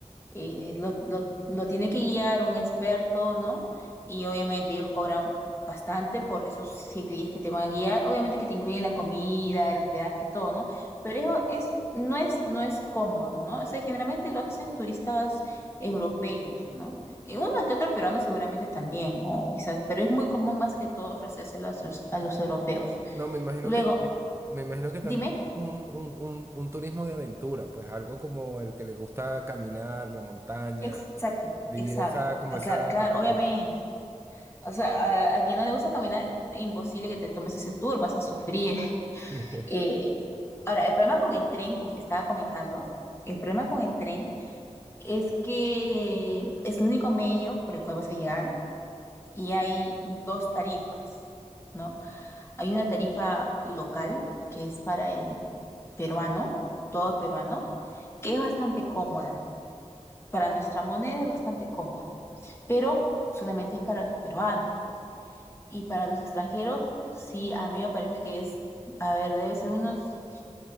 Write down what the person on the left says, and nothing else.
eh, lo, lo- lo tiene que guiar un experto, ¿no? Y obviamente ellos cobran bastante por esos siete días que te van a guiar. Obviamente que te incluyen la comida, el hospedaje, todo, ¿no? Pero eso es, no es, no es cómodo, ¿no? O sea, generalmente lo hacen turistas europeos, ¿no? Y uno que otro peruano seguramente también, o quizás, pero es muy común más que todo ofrecérselo a, sus- a los europeos.
Luego,
dime,
exacto,
exacto,
ah,
claro, claro,
obviamente. O sea, a, a quien no le gusta caminar, imposible que te tomes ese tour, vas a sufrir. <laughs>
Eh, ahora, el problema con el tren, como te estaba comentando, el problema con el tren es que es el único medio por el cual vas a llegar y hay dos tarifas, ¿no? Hay una tarifa local que es para el peruano, todo peruano, que es bastante cómoda. Para nuestra moneda es bastante cómoda, pero solamente es para los peruanos. Y para los extranjeros, sí, a mí me parece que es, a ver, debe ser unos